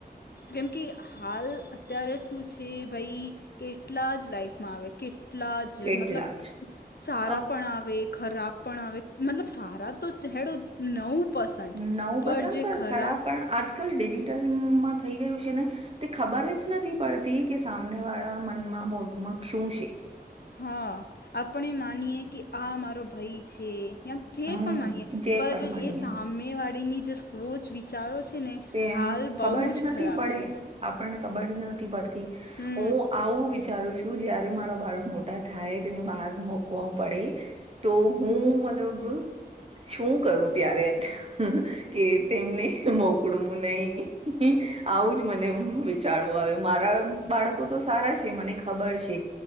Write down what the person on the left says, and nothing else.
કેમકે હાલ અત્યારે શું છે ભાઈ કેટલા જ લાઈફમાં આવે કેટલા જ
મતલબ
સારા
પણ આવે ખરાબ પણ આવે મતલબ સારા તો હેડ નવું પસન
પણ
જે
ખરાબ
હા આપણે માનીયએ કે આ મારો ભાઈ છે યાં જે
પણ માનીએ
પર
એ સામેવાળીની જે સોચ વિચારો છે ને
હાલ
બહુ
ખરાબ
છે
હમ